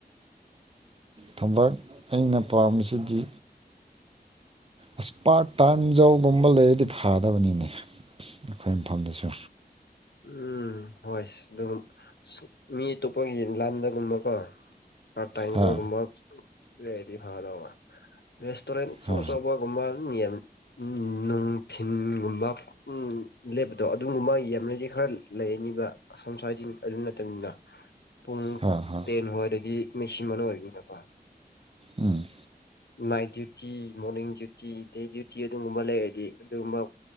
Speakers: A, on the right (about 35°); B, on the left (about 85°).
A: ꯊꯕꯛ ꯑꯩꯅ ꯄꯥꯝꯕꯁꯤꯗꯤ ꯑꯁ ꯄꯥꯔꯠ ꯇꯥꯏꯝ ꯖꯧꯒꯨꯝꯕ ꯂꯩꯔꯗꯤ ꯊꯥꯗꯕꯅꯤꯅꯦ ꯑꯩꯈꯣꯏ ꯃꯐꯝꯗꯁꯨ
B: ꯎꯝ ꯍꯣꯏ ꯑꯗꯨꯒ ꯃꯤ ꯑꯇꯣꯞꯄꯒꯤ ꯂꯥꯟꯗꯒꯨꯝꯕꯀꯣ ꯑ ꯇꯥꯏꯝꯔꯒꯨꯝꯕ
A: ꯍꯥ
B: ꯂꯩꯗꯤ ꯐꯗ ꯔꯦꯁꯇꯨꯔꯦꯟ ꯑꯆꯧꯆꯕꯒꯨꯝꯕꯅꯤ
A: ꯍꯥ
B: ꯅꯨꯡ ꯊꯤꯟꯒꯨꯝꯕ ꯂꯦꯞꯄꯗꯣ ꯑꯗꯨꯒꯨꯝꯕꯒꯤ ꯌꯥꯝ ꯂꯩ ꯈꯔ ꯂꯩꯔꯅꯤꯕ ꯑꯁꯣꯝ ꯁ꯭ꯋꯥꯏꯗ ꯑꯗꯨ ꯅꯠꯇꯅꯤꯅ ꯄꯨꯡ
A: ꯍꯥ ꯍꯥ
B: ꯇꯦꯟ ꯍꯋꯥꯗꯗꯤ ꯃꯦꯁꯤꯃ ꯑꯣꯏꯔꯤꯅꯤ ꯅꯄꯥ
A: ꯎꯝ
B: night duty morning duty day duty ꯑꯗꯨꯒꯨꯝꯕ ꯂꯩꯔꯗꯤ ꯑꯗꯨꯒꯨꯝꯕ